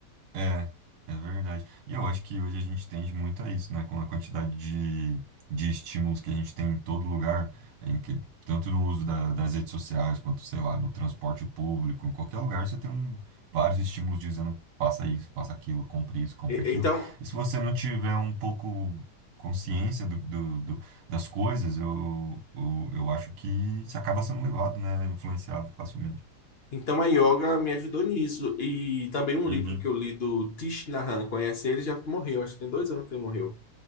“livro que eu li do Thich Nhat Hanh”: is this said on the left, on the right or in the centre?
Left